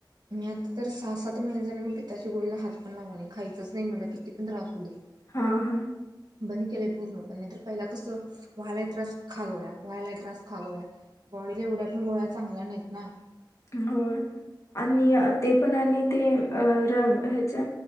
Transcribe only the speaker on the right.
मी आता तर सहा सात महिने झाले मी पिताच्या गोळीला हात पण लावला नाही खायच नाही म्हटलं किती पण त्रास होते.
बंद केलंय पूर्ण पण नाही तरर पहिला कसं वा्हायला त्रास खागवळ्या वा्हायला त्रास खागव्या.... गोळील्या एवड्या पण गोळा... चांगला नाहीत ना.